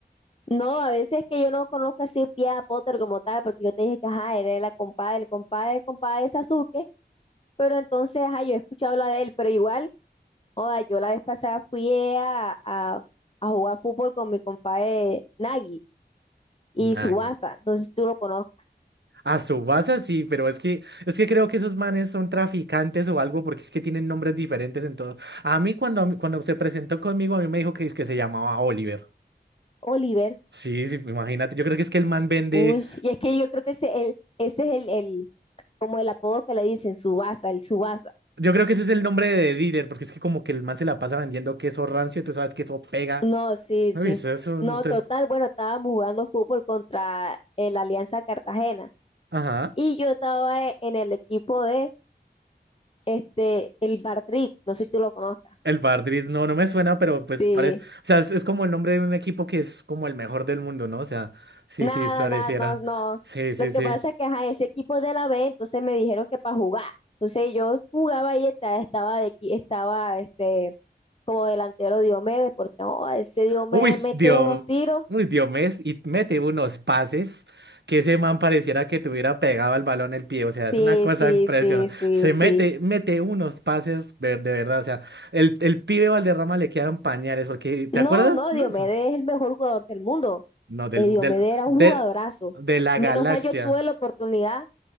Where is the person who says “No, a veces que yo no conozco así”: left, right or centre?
Left